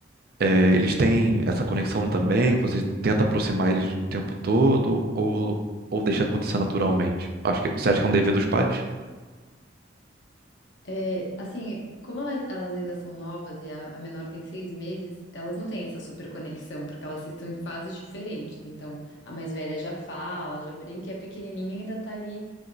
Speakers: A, on the right; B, on the left.
A: é, eles têm essa conexão também? Você tenta aproximar eles o tempo todo ou, ou deixa acontecer naturalmente? Acho que, você acha que é um dever dos pais?
B: É, assim, como ela- elas ainda são novas e a, a menor tem seis meses, elas não têm essa super conexão, porque elas estão em fases diferentes. Então, a mais velha já fala, já brinca, e a pequenininha ainda tá ali,